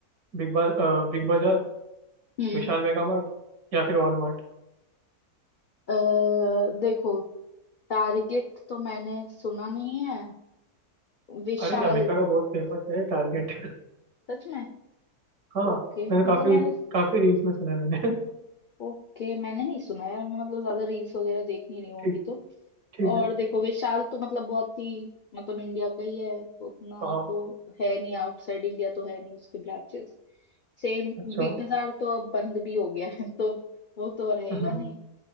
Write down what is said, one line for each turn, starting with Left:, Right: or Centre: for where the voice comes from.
Right: बिग बा, अ, big Bazaar
Left: हम्म
Right: Vishal mega mart या फिर वॉलमार्ट
Left: अ, देखो टारगेट तो मैंने सुना नहीं है विशाल
Right: अरे अमेरिका का बहुत फेमस है टारगेट <laughs>
Left: सच में
Right: हाँ
Left: ओके
Right: मैंने काफ़ी
Left: मतलब मैंने
Right: काफ़ी रील्स में सुना है मैंने <laughs>
Left: ओके मैंने नहीं सुना यार मैं मतलब ज्यादा रील्स वगैरह देख नहीं रही हूँ
Right: ठीक
Left: अभी तो
Right: ठीक
Left: और
Right: है
Left: देखो विशाल तो मतलब बहुत ही मतलब इंडिया का ही है तो उतना
Right: हाँ
Left: तो है नहीं आउटसाइड इंडिया तो है नहीं उसके ब्रांचेस सेम
Right: अच्छा
Left: बिग बाजार तो अब बंद भी हो गया है <laughs> तो वो तो रहेगा
Right: <laughs> हम्म,
Left: नहीं